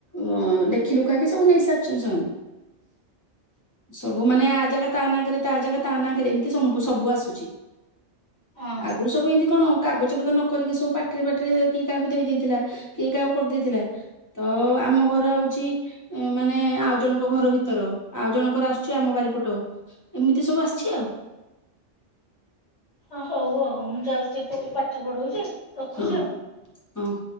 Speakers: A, on the left; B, on the left.
A: ଅ ଲେଖି ଲୁଖାକେ ସବୁ ନେଇ ସାରିଚନ୍ତି ସେମାନେ। ସବୁ ମାନେ ଆ ଜାଗା ତା ନାଁ କାରେ ତା ଜାଗା ତା ନାଁ କାରେ ଏମତି ସମ୍ବୁ ସବୁ ଆସୁଚି।
B: ଅ ହ।
A: ଆଗୁରୁ ସବୁ ଏନ୍ତି କଣ କାଗଜ ପତ୍ର ନକରିକି ସବୁ ପାଟରେ ପାଟିରେ କିଏ କାହାକୁ ଦେଇଥିଲା, କିଏ କାହାକୁ କରିଦେଇଥିଲା ତ ଆମ ଘର ହଉଛି ମାନେ ଆଉ ଜଣଙ୍କ ଘର ଭିତର ଆଉ ଜଣଙ୍କର ଆସୁ ଚି ଆମ ବାରିପଟ, ଏମିତି ସବୁ ଆସିଛି ଆଉ।
B: ହଁ ହଉ ଆଉ। ମୁଁ ଯାଉଛି ଟିକେ ପୁଅକୁ ପାଠ ପଢଉଛି ରଖୁଛି
A: ହଁ,
B: ଆଉ।
A: ହଁ।